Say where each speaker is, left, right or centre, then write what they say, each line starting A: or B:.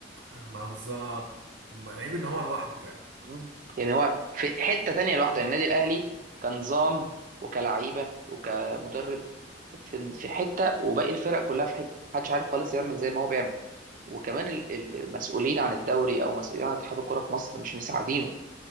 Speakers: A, on the right; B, on the right.
A: ما هو بالظبط العيب ان هو لوحده فعلا
B: مم. يعني هو في حتة تانية لوحده يعني النادي الأهلي كنظام وكلعيبة وكمدرب في في حتة وباقي الفرق كلها في حتة محدش عارف خالص يعمل زي ما هو بيعمل وكمان ال- المسؤولين عن الدوري أو مسؤولين عن اتحاد الكورة في مصر مش مساعدينه